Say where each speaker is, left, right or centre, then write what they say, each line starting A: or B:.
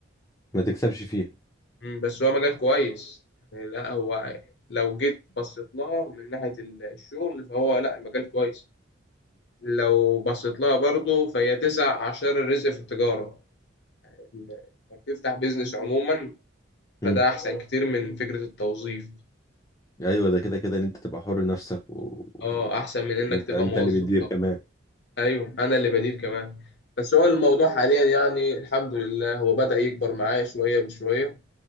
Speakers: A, on the left (about 15°); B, on the left (about 55°).
A: ما تكسبش فيها
B: مم، بس هو مجال كويس يعني لا هو لو جيت بصيت لها من ناحيه ال- الشغل فهو لا المجال كويس لو بصيت لها برضه فهي تسع اعشار الرزق في التجاره انك تفتح بيزنس عموما
A: امم
B: فده احسن كتير من فكره التوظيف
A: ايوه ده كده كده ان انت تبقى حر نفسك و...
B: اه
A: و-
B: احسن من انك
A: يعني انت
B: تبقى
A: انت
B: موظف
A: اللي بيدير كمان
B: ايوه انا اللي بدير كمان بس هو الموضوع حاليا يعني الحمد لله هو بدأ يكبر معايا شويه بشويه